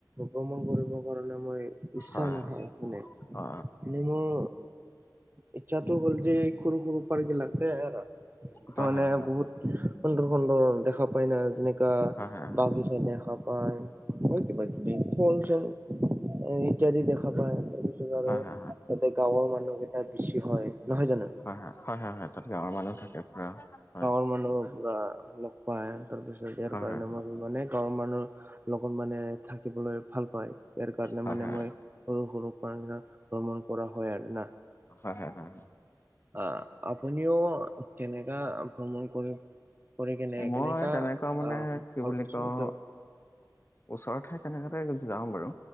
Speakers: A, on the right; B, on the left.
A: ভ্ৰমণ কৰিবৰ কাৰণে মই ইচ্ছা
B: হয় হয়
A: নহয়। মানে
B: অ
A: মানে মোৰ ইচ্ছাটো হ'ল যে সৰু সৰু পাৰ্কবিলকতে আৰ। সেটো
B: হয়
A: মানে
B: হয়
A: বহুত সুন্দৰ সুন্দৰ দেখা পায় না যেনে কা
B: হয় হয় হয় হয় হয় হয় হয় হয় হয় হয় হয়
A: বাগিচা দেখা পায়। কইটা বাজিলে ফোন চোন ইত্যাদি দেখা পায় <unintelligible>
B: হয়
A: তাতে গাঁৱৰ মানুহ এটা বেছি হয় নহয় জানো।
B: হয়, হয় হয় হয় হয় তাত গাৱৰ মানুহ থাকে পুৰা হয়।
A: মানুহৰ পুৰা লগ পাই তাৰ পিছত ইয়াৰ
B: হয়
A: কাৰণে
B: হয়
A: মই ভাবো মানে গাঁৱৰ মানুহ। লগত মানে থাকিবলৈ ভাল পায় ইয়াৰ কাৰণে
B: হয়
A: মানে
B: হয়
A: মই, সৰু সৰু পাৰ্ক গিলা <unintelligible> ভ্ৰমণ কৰা হয় আৰু না।
B: হা হা হা।
A: আ আপুনিও। কেনেকা ভ্ৰমণ কৰি কৰি কেনে
B: মই
A: কেনেকা
B: তেনেকুৱা মানে
A: আহ
B: কি
A: ভাল
B: বুলি
A: পাইছো
B: কওঁ।
A: এইটো
B: ওচৰৰ ঠাই তেনেকাতে যাওঁ বাৰু।